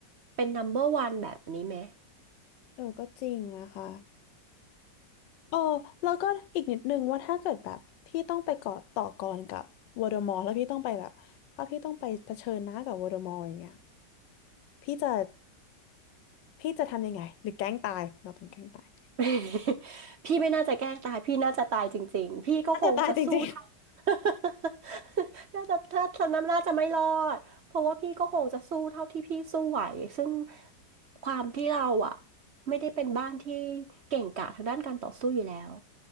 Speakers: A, on the right (about 55°); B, on the left (about 80°).
A: เป็นนัมเบอร r o ันแบบนี้ไหม
B: เออก็จริงนะคะ เออแล้วก็อีกนิดนึงว่าถ้าเกิดแบบพี่ต้องไปเกาะต่อกรกับวโดมอร์แล้วพี่ต้องไปแบบถ้าพี่ต้องไปเผชิญหน้ากับวโดมอร์อย่างเงี้ยพี่จะพี่จะทำยังไงหรือแกล้งตายเราต้องแกล้งตาย
A: <laughs> พี่ไม่น่าจะแกล้งตาย พี่น่าจะตายจริงๆ พี่ก็คงจะสู้เท่า
B: อาจจะตายจริง
A: <laughs> น่าจะถ้าฉะน้ำน่าจะไม่รอดเพราะว่าพี่ก็คงจะสู้เท่าที่พี่สู้ไหวซึ่งความที่เราอ่ะไม่ได้เป็นบ้านที่เก่งกาจทางด้านการต่อสู้อยู่แล้ว